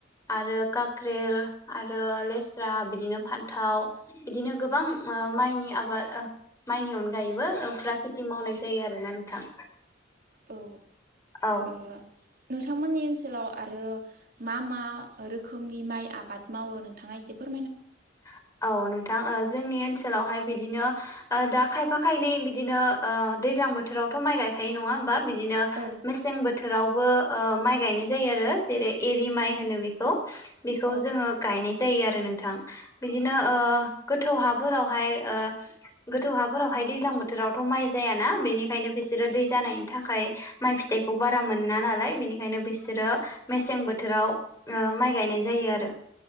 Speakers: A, on the left (about 15°); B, on the right (about 50°).
A: आरो काक्रेल आ रो लेस्रा बिदिनो फान्थाव बिदिनो गोबां ओ माइनि आबाद ओ माइनि अनगायैबो उफ्रा खिति मावनाय जायो आरोना नोंथां
B: औ
A: औ
B: ओ नोंथांमोननि ओनसोलाव आरो मा मा रोखोमनि माइ आबाद मावो नोंथाङा फोर
A: <inaudible> औ नोंथां ओ जोंनि ओनसोलावहाय बिदिनो ओ दा खायफा खायनै बिदिनो ओ दैज्लां बोथोरावथ' माइ गायखायो नङा होमबा बिदिनो
B: औ
A: मेसें बो थोरावबो ओ माइ गायनाय जायो आरो जेरै एरि माइ होनो बेखौ बेखौ
B: औ
A: जोङो गायनाय जायो आरो नोंथां बिदिनो ओ गोथौ हाफोरावहाय ओ गोथौ हाफोरावहाय दैज्लां बोथोरावथ' माइ जायाना बेनिखायनो बिसोरो दै जानायनि थाखाय माइ फिथाइ इखौ बारा मोना नालाय बेनिखायनो बिसोरो मेसें बोथोराव ओ माइ गायनाय जायो आरो